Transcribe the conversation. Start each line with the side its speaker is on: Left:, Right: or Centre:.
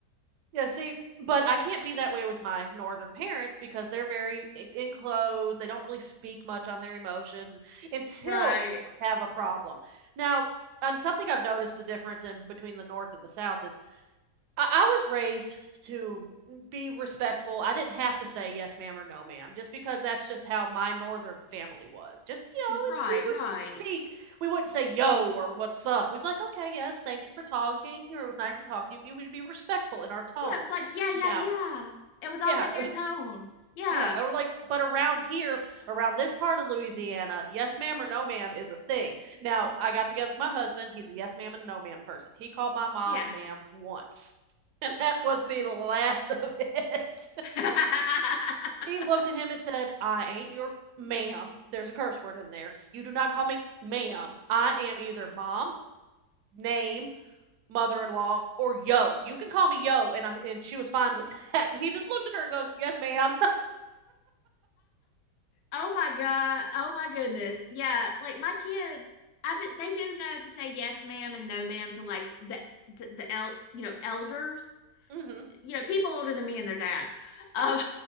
Right: yeah, see, but I can't be that way with my northern parents because they're very e, enclosed. They don't really speak much on their emotions until
Left: right
Right: we have a problem. Now, and something I've noticed a difference in between the north and the south is I, I was raised to be respectful. I didn't have to say yes, ma'am, or no, ma'am, just because that's just how my northern family was. Just, you know,
Left: right
Right: we would
Left: right
Right: speak. We wouldn't say yo or what's up. We'd like, okay, yes, thank you for talking, or it was nice to talk to you. We would be respectful in our tone.
Left: Yeah, it was like, yeah, yeah,
Right: Now,
Left: yeah. It was all
Right: yeah,
Left: in your tone. Yeah,
Right: yeah, or like, but around here, around this part of Louisiana, yes ma'am or no ma'am is a thing. Now, I got together with my husband. He's a yes ma'am and no ma'am person. He called my mom
Left: yeah.
Right: ma'am once, <laughs> and that was the last of it.
Left: <laughs>
Right: <laughs> he looked at him and said, I ain't your ma'am. There's a curse word in there. You do not call me ma'am. I am either mom, name, mother in law, or yo. You can call me yo. And, I, and she was fine with <laughs> that. And he just looked at her and goes, Yes, ma'am.
Left: Oh my God. Oh my goodness. Yeah, like my kids, I did, they do know to say yes, ma'am, and no, ma'am to like the to the el you know elders,
Right: <laughs> mm hmm.
Left: you know people older than me and their dad, um,